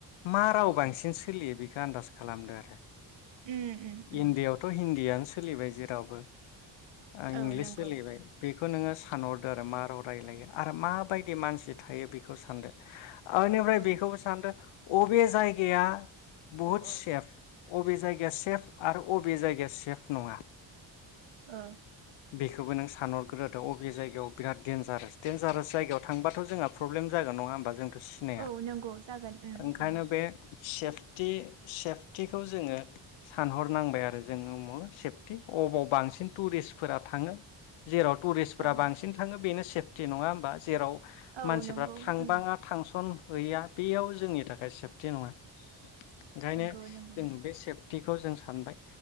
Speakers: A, on the left; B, on the right.
A: मा राव बांसिन सोलियो बेखौ आन्दास खालामदो आरो।
B: उम उम उम।
A: इण्डियाआवथ' हिन्दीयानो सोलिबाय जेरावबो। आं
B: औ
A: इंलिस
B: नंगौ
A: सोलायबाय बे। खौ नोङो। सानहरदो आरो मा राव रायलायो आरो माबायदि मानसि थायो बेखौ सानदो। आनिफ्राय
B: औ
A: बेखौबो सानदो। अबे जायगाया। बुहुत
B: औ
A: सेफ अबे जायगा सेफ आरो अबे जायगाया सेफ नङा।
B: ओ।
A: बेखौबो नों सानहरग्रोथ' अ। बे जायगायाव बिराद देनजारास डेनजारास जायगायाव थांबाथ जोंहा प्रब्ले जागोन नंङा होमबा जों सिनाया
B: औ नंगौ जागोन उम
A: ओंखायनो
B: उम
A: बे सेफटि सेफटिखौ जोंङो सानहरनांबाय आरो जोंङो उमावनो सेफटि अबाव बांसिन टुरिस्टफोरा थांङो जेराव टुरिस्ट फोरा
B: औ
A: बांसिन थांङो बेनो सेफटि नंङा होमबा जेराव
B: औ
A: मानसिफ्रा
B: नंगौ
A: थांबाङा
B: उम
A: थांसन गैया बेयाव जोंनि थाखाय सेफटि नंङा ओंखायनो
B: नंगौ नंगौ
A: जों बे सेफ खौ जों सानबाय